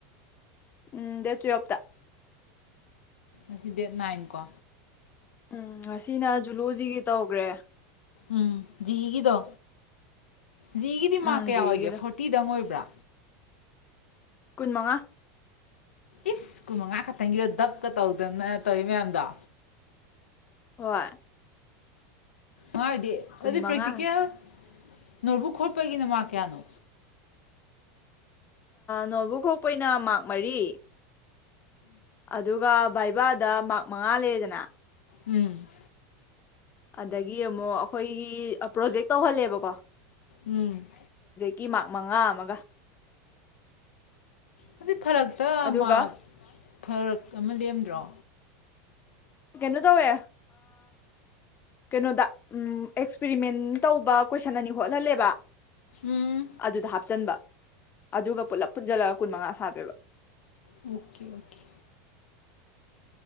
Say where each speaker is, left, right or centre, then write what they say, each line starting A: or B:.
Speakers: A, on the left; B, on the left.
A: ꯎꯝ ꯗꯦ ꯊ꯭ꯔꯤ ꯍꯞꯗ
B: ꯑꯁꯤ ꯗꯦꯠ ꯅꯥꯏꯟ ꯀꯣ
A: ꯎꯝ ꯉꯁꯤꯅ ꯖꯨꯂꯣꯖꯤꯒꯤ ꯇꯧꯈ꯭ꯔꯦ
B: ꯎꯝ ꯤꯗꯣ ꯖꯤꯒꯤꯗꯤ ꯃꯥꯔꯛ
A: ꯎꯝ
B: ꯀꯌꯥ
A: ꯖꯤꯏꯒꯤꯗꯣ
B: ꯑꯣꯏꯒꯦ ꯐꯣꯔꯇꯤꯗꯪ ꯑꯣꯏꯕ꯭ꯔꯥ
A: ꯀꯨꯟ ꯃꯉꯥ
B: ꯏꯁ ꯀꯨꯟꯃꯉꯥ ꯈꯛꯇꯪꯒꯤꯔꯣ ꯗꯞꯀ ꯇꯧꯗꯅ ꯇꯧꯋꯤ ꯃꯌꯥꯝꯗꯣ
A: ꯍꯣꯏ
B: ꯃꯥꯗꯤ
A: ꯀꯨꯟ
B: ꯑꯗꯨꯗꯤ
A: ꯃꯉꯥ
B: ꯄꯀꯤ ꯀꯌꯥ ꯅꯠꯕꯨꯛ ꯈꯣꯠꯄꯒꯤꯅ ꯃꯥ ꯀꯌꯥꯅꯣ
A: ꯅꯣꯠꯕꯨ ꯀꯄ ꯑꯣꯏꯅ ꯃꯥꯔꯛ ꯃꯔꯤ ꯑꯗꯨꯒ ꯥꯏ ꯕꯥꯗ ꯃꯉꯥ ꯂꯩꯔꯗꯅ
B: ꯎꯝ
A: ꯑꯗꯒꯤ ꯑꯃꯨꯛ ꯑꯩꯈꯣꯏꯒꯤ ꯄ꯭ꯔꯣꯖꯦꯛ ꯇꯧꯍꯜꯂꯦꯕꯀꯣ
B: ꯎꯝ
A: ꯏ ꯃꯥꯛ ꯃꯉꯥ ꯑꯃꯒ <inaudible>
B: ꯑꯗꯨꯗꯤ ꯐꯔꯛꯇ
A: ꯑꯗꯨꯒ
B: ꯃꯥ ꯐꯔꯛ ꯑꯃ ꯂꯦꯝꯗ꯭ꯔꯣ
A: ꯀꯩꯅꯣ ꯇꯧꯋꯦ ꯀꯩꯅꯣꯗ ꯑꯦꯛꯁꯄꯔꯤꯃꯦꯟ ꯇꯧꯕ ꯀꯣꯏꯁꯟ ꯑꯅꯤ ꯍꯣꯠꯍꯜꯂꯦꯕ
B: ꯎꯝ
A: ꯑꯗꯨꯗ ꯍꯥꯞꯆꯟꯕ ꯑꯗꯨꯒ ꯄꯨꯂꯞ ꯄꯨꯟꯁꯤꯜꯂꯒ ꯀꯨꯟ ꯃꯉꯥ ꯊꯥꯕꯦꯕ
B: ꯑꯣꯀꯦ ꯑꯣꯀꯦ